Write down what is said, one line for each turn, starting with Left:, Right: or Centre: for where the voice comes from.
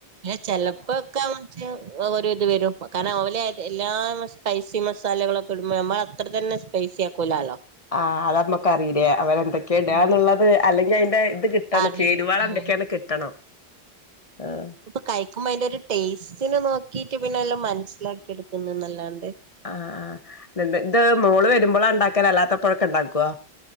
Right: ന്നെ ചെലപ്പോക്കെ <unintelligible> ഒരു ഇത് വരും കാരണം ഓലെ എല്ലാ സ്പൈസി മസാലകളൊക്കെ ഇടുമ്പോ ഞമ്മള് അത്ര തന്നെ സ്‌പൈസിക്കൂലാലോ
Left: ആഹ് അത് നമ്മക്ക് അറിയൂല്ലേ അവരെഎന്തൊക്കെയ ഇടാന്നുള്ളത്
Right: ഉം
Left: അല്ലെങ്കി അതിന്റെ ഇത് കിട്ട എന്താണ്
Right: അറിയില്ല
Left: ചേരുവാള് എന്തൊക്കെയാണ്
Right: ഉം
Left: കിട്ടണം ആഹ്
Right: കയിക്കുമ്പോ അതിന്റെ ഒരു ടേസ്റ്റിന് നോക്കിട്ട് പിന്നെ എല്ലാം മനസ്സിലാക്കി എടുക്കുന്നന്നല്ലാണ്ട്
Left: ആഹ് ആഹ് ഇതണ്ട് ഇത് മോള് വരുമ്പോളാ ഇണ്ടാക്കല് അല്ലാത്തപ്പോഴൊക്കെ ഇണ്ടാക്കൊ